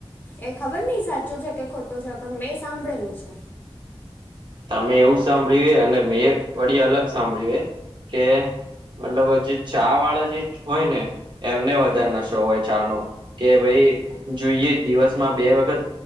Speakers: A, on the left; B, on the right.
A: એ ખબર નહ સાચું છે કે ખોટું છે પણ મેં સાંભળેલું છે.
B: તમે એવું સાંભળ્યું અને મે વડી અલગ સાંભળ્યું કે મતલબ જે ચા વાળા જે હોય ને એમને વધારે
A: હમ
B: નશો હોય ચા નો કે ભાઈ જોઈએ દિવસમાં બે વખત